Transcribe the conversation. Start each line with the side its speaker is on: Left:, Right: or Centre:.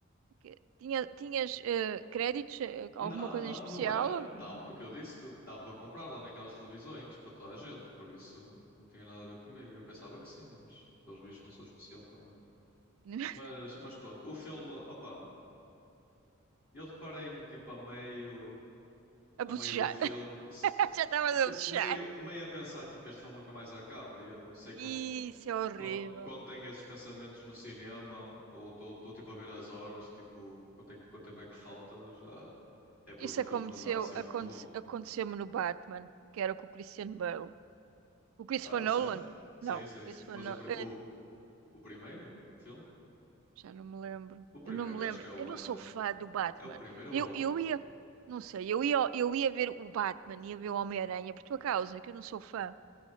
Right: que- Tinha, tinhas eh, créditos? eh, alguma
Left: Não,
Right: coisa
Left: não,
Right: em especial?
Left: não era. Não, porque eu disse que dava para comprar lá naquelas televisões para toda a gente, por isso não tinha nada a ver comigo. Eu pensava que sim, mas pelos vistos não sou especial também.
Right: <laughs>
Left: Mas, mas pronto, o filme, opá, eu deparei-me tipo a meio.
Right: A
Left: a
Right: bocejar.
Left: meio do filme,
Right: <laughs>
Left: se-
Right: Já estavas a
Left: tipo,
Right: bocejar.
Left: meio, meio a pensar, tipo, este filme nunca mais acaba. E eu sei
Right: Isso
Left: quando,
Right: é horrível.
Left: quando, quando tenho esses pensamentos no cinema, ou estou tipo a ver as horas, tipo, quanto, é que- quanto tempo é que falta, já é porque
Right: Isso
Left: o filme
Right: aconteceu,
Left: não está a ser
Right: aconte,
Left: muito bom.
Right: aconteceu-me no Batman, que era com o Christian Bale. O Christopher
Left: Ah, a
Right: Nolan?
Left: sério? Sim,
Right: Não.
Left: sim,
Right: Christopher
Left: sim. Mas
Right: Nolan.
Left: o, pri- o, o primeiro filme?
Right: Já não me lembro.
Left: O primeiro,
Right: Eu não me lembro.
Left: acho que é o
Right: Eu
Left: mais.
Right: não sou
Left: o-
Right: fã do Batman.
Left: É o primeiro
Right: Eu,
Left: ou é o último?
Right: eu ia, não sei, eu ia, eu ia ver o Batman, ia ver o Homem-Aranha por tua causa, que eu não sou fã.